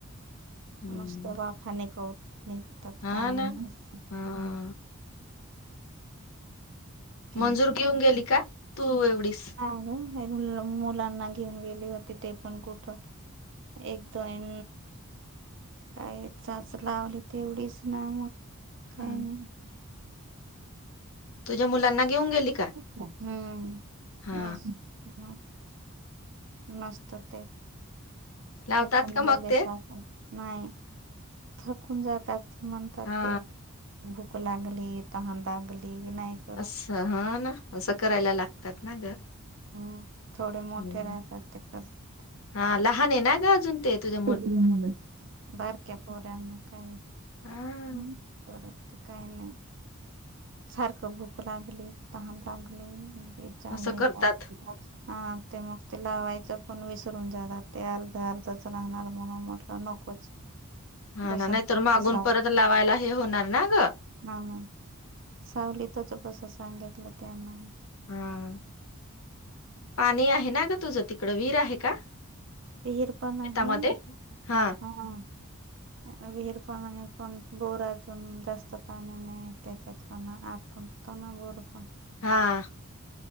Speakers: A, on the left (about 75°); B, on the right (about 55°).
A: हम्म
B: नुसता वाफा निघून नाही का. त्यात
A: हा
B: कारण
A: ना
B: व्हायचं.
A: हा
B: काय
A: मंजूर
B: ते.
A: घेऊन गेली का तू एवढीस.
B: हा हो हे, मुलांना घेऊन गेली होती ते पण कुठ. एकदोन. काय चाच लावली तेवढीच ना मग काही
A: हा.
B: नाही.
A: तुझ्या मुलांना
B: तीच
A: घेऊन गेली
B: का हम्म
A: हा
B: मेस, <inaudible> ह नसत ते
A: लावतात
B: थकून
A: का मग
B: गेलेस
A: ते
B: सारखं. नाही थकून जातात म्हणतात
A: हा
B: ते. भूक लागली तहन लागली नाही का.
A: असं हा, ना असं करायला लागतात ना ग!
B: हम्म, थोडे
A: हम्म
B: मोठे राहतात ते करतात.
A: हा लहान आहे. ना ग अजून. ते तुझे
B: किती जण मुलं बारक्या पोऱ्यांना काय.
A: हा
B: हम, करत ते काही नाही. सारक भूक लागली तहन लागली जे जायच.
A: असं करतात
B: <inaudible> हा, ते मग ते लावायचं पण विसरून जाणार ते अर्ध अर्धच राहणार म्हणून म्हटलं नकोच.
A: हा
B: बसा
A: ना, नाहीतर मागून
B: बसा
A: परत लावायला हे होणार ना ग.
B: हा ना, सावलीतच बस सांगितलं त्यांना.
A: हा, पाणी आहे ना ग तुझं तिकड! विर आहे का?
B: विर पण आहे.
A: शेतामध्ये
B: बघू
A: हा
B: हम, विहीर पण आहे. पण बोरजून जास्त पाणी नाही आहे. त्याच्यात पण आतण. तना बोर पण
A: हा,